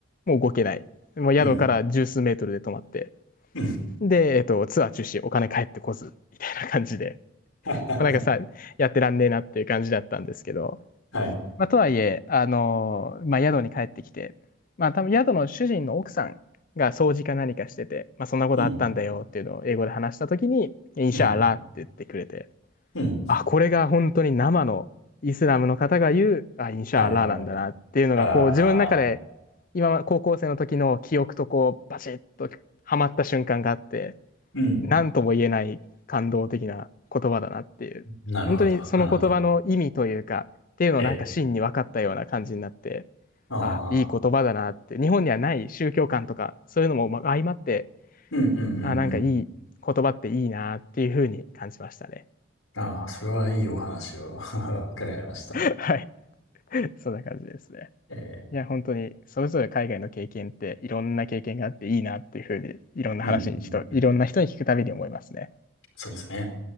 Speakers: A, on the left; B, on the left.
A: もう動けない。もう宿から十数メートルで止まって、
B: うん、うん、
A: で、えっと、ツアー中止、お金返ってこず、みたいな感じで。
B: はは、
A: まあなんかさ、やってらんねえなっていう感じだったんですけど、
B: はい、
A: まあ、とはいえ、あのーまあ、宿に帰ってきて、まあ、多分宿の主人の奥さんが掃除か何かしてて、まあ、そんなことあったんだよっていうのを英語で話したときに、
B: うん、
A: インシャアラーって言ってくれて、
B: うん、うん、
A: あ、これが本当に生のイスラムの方が言う、あ、インシャアラーなんだなっていうのが、
B: はい、はい、はい、ああ、
A: こう自分の中で、今、高校生の時の記憶とこう、バシッとはまった瞬間があって、
B: うん、
A: 何とも言えない感動的な言葉だなっていう。
B: なるほど、
A: 本当にその言葉の意味というか、
B: なるほど、
A: っていうのをなんか真に分かったような感じになって、
B: ええ、ああ、
A: あ、いい言葉だなって、日本にはない宗教観とか、そういうのもま相まって、
B: うん、うん、うん、
A: あ、なんかいい言葉っていいなっていうふうに感じましたね。
B: うん、ああ、それはいいお話を <laughs> 伺いました。
A: <laughs> はい。そんな感じですね。
B: ええ、
A: いや、本当に、それぞれ海外の経験って、いろんな経験があっていいなっていうふうに、いろんな話に人、
B: うん、うん、うん、
A: いろんな人に聞くたびに思いますね。
B: そうですね。